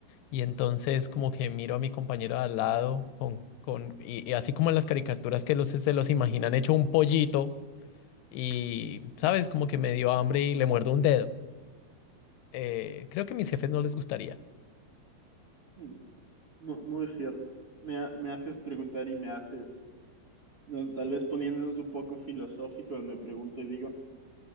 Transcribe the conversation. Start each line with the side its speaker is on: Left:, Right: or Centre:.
Left: Y entonces como que miro a mi compañero de al lado con, con, y, y así como en las caricaturas que los, se los imaginan hecho un pollito y, ¿sabes? Como que me dio hambre y le muerdo un dedo. Eh, creo que a mis jefes no les gustaría.
Right: Mm, mu- Muy, cierto. Me, ha- me haces preguntar y me haces No, tal vez poniéndonos un poco filosóficos, me pregunto y digo,